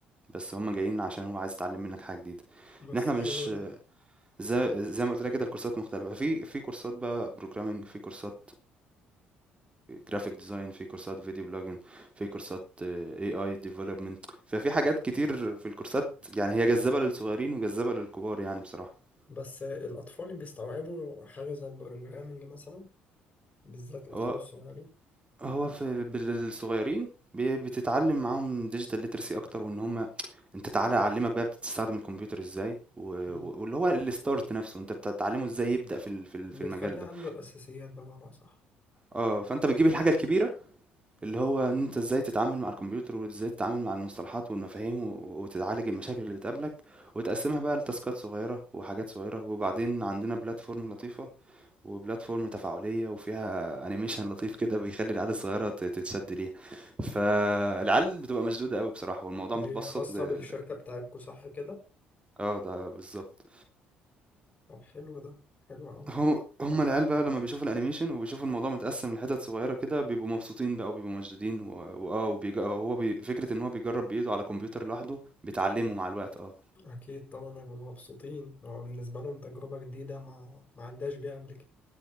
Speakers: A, on the right; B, on the left.
A: بس هم جايين عشان هو عايز يتعلم منك حاجة جديدة
B: بس
A: ان احنا
B: حلو
A: مش
B: ده
A: زي زي ما قلت لك كده الكورسات مختلفة في في كورسات بقى بروجرامنج في كورسات جرافيك ديزاين في كورسات فيديو بلوجن في كورسات اي اي ديفلوبمنت ففي حاجات كتير في الكورسات يعني هي جذابة للصغيرين وجذابة للكبار يعني بصراحة
B: بس الأطفال بيستوعبوا حاجة زي البروجرامنج مثلا بالذات الأطفال
A: هو
B: الصغيرين
A: هو في الصغيرين بتتعلم معاهم ديجيتال ليترسي اكتر وان هم انت تعالى اعلمك بقى بتستخدم الكمبيوتر ازاي و-
B: مم.
A: و- واللي هو الستارت نفسه انت بتتعلمه ازاي يبدأ في ال- في ال-
B: بتخلي
A: في المجال
B: عنده
A: ده
B: الأساسيات بمعنى صح
A: اه فانت بتجيب الحاجة الكبيرة اللي هو إن أنت إزاي تتعامل مع الكمبيوتر وإزاي تتعامل مع المصطلحات والمفاهيم و- وتتعالج المشاكل اللي بتقابلك وتقسمها بقى لتاسكات صغيرة وحاجات صغيرة وبعدين عندنا بلاتفورم لطيفة وبلاتفورم تفاعلية وفيها انيميشن لطيف كده بيخلي العيال الصغيرة تت- تتشد ليها فالعيال بتبقى مشدودة قوي بصراحة والموضوع
B: دي
A: متبسط
B: خاصة
A: ل... ل-
B: بالشركة بتاعتكو صح كده؟
A: اه ده بالظبط
B: طب حلو ده حلو أوي
A: هو هم العيال بقى لمّا بيشوفوا الأنيميشن وبيشوفوا الموضوع متقسّم لحتت صغيّرة كده، بيبقوا مبسوطين بقى وبيبقوا مشدودين و وآه وبيج هو بي فكرة إن هو بيجرّب بإيده على كمبيوتر لوحده، بيتعلّموا مع الوقت آه،
B: أكيد طبعا هيبقوا مبسوطين هو بالنسبة لهم تجربة جديدة ما ما عندهاش بيها قبل